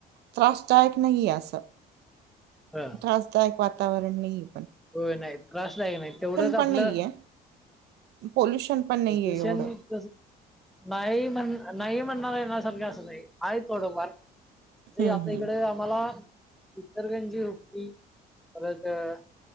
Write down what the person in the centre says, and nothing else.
हा
होय नाही त्रासदायक नाही, तेवढंच आपलं-
जसण
तसं नाही म्हण - नाही म्हणणार येण्यासारखं असं नाही. आहे थोडंफार, तसंही
आता
इकडे आम्हाला - इचलकरंजी हुबळी परत अ -